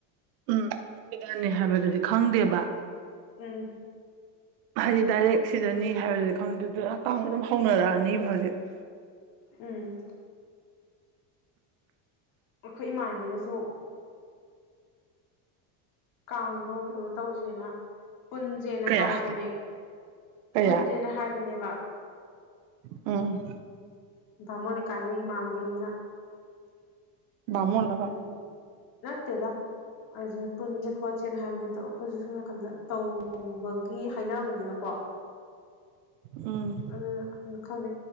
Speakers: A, on the right; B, on the left.
A: ꯎꯝ ꯄꯤꯗꯅꯤ ꯍꯥꯏꯕꯗꯨꯗꯤ ꯈꯪꯗꯦꯕ
B: ꯎꯝ
A: ꯍꯥꯏꯗꯤ ꯗꯥꯏꯔꯦꯛ ꯁꯤꯗꯅꯤ ꯍꯥꯏꯕꯗꯨꯗꯤ ꯈꯪꯗꯨꯗ ꯀꯥꯡ ꯑꯗꯨꯝ ꯍꯧꯅꯔꯛꯑꯅꯤꯕ ꯍꯧꯖꯤꯛ
B: ꯎꯝ ꯑꯩꯈꯣꯏ ꯏꯃꯥꯟꯅꯕꯤꯅꯖꯨ ꯀꯥꯡꯗꯣ ꯀꯩꯅꯣ ꯇꯧꯖꯦꯅ ꯄꯨꯟ ꯖꯦꯅ
A: ꯀꯌꯥ
B: ꯍꯥꯏꯕꯅꯦ
A: ꯀꯌꯥ
B: ꯄꯨꯟꯖꯦꯅ ꯍꯥꯏꯕꯅꯦꯕ
A: ꯎꯝ
B: ꯕꯃꯣꯟ ꯂꯩꯀꯥꯏꯗꯩ ꯏꯃꯥꯟꯅꯕꯤ ꯑꯃꯅ
A: ꯕꯃꯣꯟ
B: ꯎꯝ ꯅꯠꯇꯦꯗ ꯍꯩꯖꯤꯛ ꯄꯨꯟꯁꯦ ꯈꯣꯠꯁꯦꯅ ꯍꯥꯏꯕꯅꯤ ꯑꯗꯣ ꯑꯩꯈꯣꯏꯁꯨ ꯁꯣꯝ ꯅꯥꯀꯟꯗ ꯇꯧꯕꯒꯤ ꯍꯥꯏꯅꯕꯅꯤꯅ ꯀꯣ
A: ꯎꯝ
B: ꯑꯗꯨꯅ ꯈꯪꯗꯦ